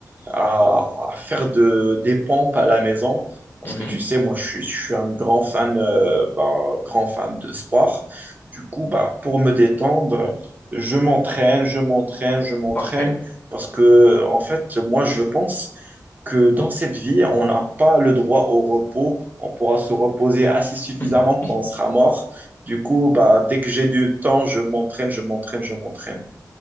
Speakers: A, on the right; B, on the left.
A: à, à faire de, des pompes à la maison. Parce
B: Mhm,
A: que tu sais, moi, je, suis- je suis un grand fan, euh, bah, grand fan de sport. Du coup, bah, pour me détendre, je m'entraîne, je m'entraîne, je m'entraîne.
B: parfait.
A: Parce que, en fait, moi, je pense que dans cette vie, on n'a pas le droit au repos. On pourra se reposer assez suffisamment
B: <laughs>
A: quand on sera mort. Du coup, bah, dès que j'ai du temps, je m'entraîne, je m'entraîne, je m'entraîne.